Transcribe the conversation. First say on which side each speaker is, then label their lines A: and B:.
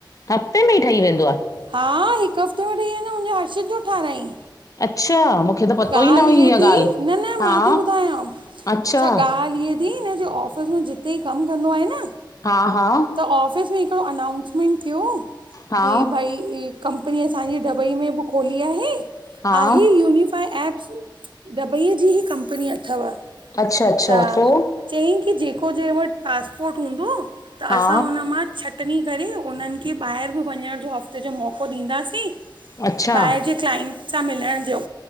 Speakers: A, on the left (about 45°); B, on the right (about 80°).
A: हफ़्ते में ई ठई वेंदो आ?
B: हा, हिक हफ़्ते में ठई वेंदो, मुंजे हर्षीत जो ठारायईं।
A: अच्छा मूंखे त पतो
B: ॻाल्ह
A: ई न हुई
B: हीय
A: इहा
B: थी,
A: ॻाल्हि
B: न न
A: हा
B: मां थी ॿुधायांव।
A: अच्छा
B: छा ॻाल्ह इएं थी, हिन जे ऑफ़िस में जिते ही कम कंदो आहे न
A: हा हा
B: त, ऑफिस में हिकड़ो अनाउंसमेंट थियो हो,
A: हा
B: की भई कम्पनी असांजे डबईअ में बि खोली आहे,
A: हा
B: आहे यूनीफा पर एप्स, डबईअ जी ही कंपनी अथव,
A: अच्छा अच्छा
B: त
A: पोइ
B: चयईं की जेको जंहिं वट पासपोर्ट हूंदो, त
A: हा
B: असां हुन मां छ टनी करे उन्हन खे ॿाहिर बि वञण जो हफ़्ते जो मौको ॾींदासीं, ॿाहिर
A: अच्छा
B: जे ॿाएर जे क्लाइंट सां मिलण जो।